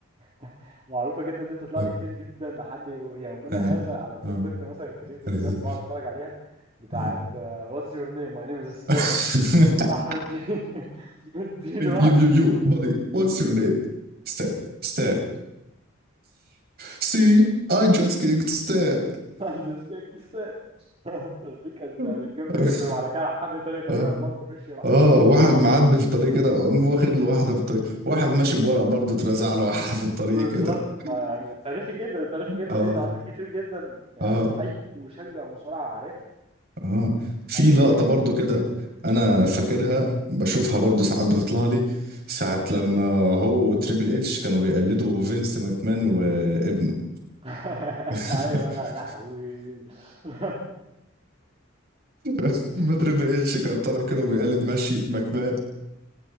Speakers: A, on the right; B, on the right.
A: <laughs> معروفة جدا دي بتطلع
B: اه
A: لي كتير جدا لحد يو- يومنا
B: اه
A: هذا على التيك
B: اه
A: توك مثلا كتير بالذات
B: هذه
A: بقعد اتفرج عليها بتاعت
B: اه
A: آه، What's your name? My name is Stan
B: <laughs>
A: أحمد دي مديله
B: You,
A: <laughs> واحدة
B: you,
A: <laughs>
B: you, buddy, what's your name? Stan. Stan. See, I just kicked Stan.
A: I'm just kidding Stan <laughs> دي كانت
B: <laughs>
A: يعني جامدة جدا وبعد كده حد تاني تقريبا
B: اه
A: برضه مشي راح
B: اه واحد معدي في الطريق كده قام واخد له واحدة في الطريق واحد ماشي بورق برضه اترزع له واحدة في الطريق
A: بالظبط
B: كده
A: يعني تاريخي جدا تاريخي جدا
B: اه
A: ليه لقطات كتير جدا يعني
B: اه
A: اي مشجع مصارعة عارفها
B: اه في
A: يعني
B: لقطة
A: يمكن
B: برضو كده انا فاكرها بشوفها برضو ساعات بتطلع لي ساعة لما هو وتريبل اتش كانوا بيقلدوا فينس ماكمان وابنه
A: <laughs>
B: <laughs>
A: ايوه يا لهوي <laughs>
B: بس ما تريبل اتش كان طالع كده وبيقلد مشية ماكمان